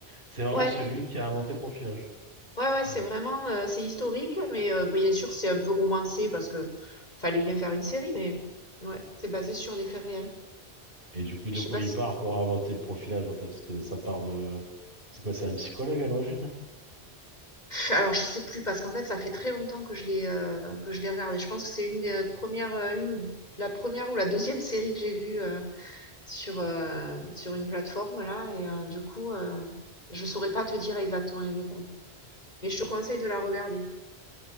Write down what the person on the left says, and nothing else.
Ouais.
Ouais, ouais,
c'est
vraiment, heu, c'est historique, mais heu, bien sûr, c'est un peu romancé parce que fallait bien faire une série, mais ouais, c'est basé sur des faits réels.
Je
sais
pas
si
tu
alors je sais plus parce qu'en fait, ça fait très longtemps que je l'ai, heu, que je l'ai regardé. Je pense que c'est une des, premières, heu, une ou la première ou la deuxième série que j'ai vue, heu, sur, heu, sur une plateforme là et heu, du coup, heu, je saurais pas te dire exactement les détails, mais je te conseille de la regarder.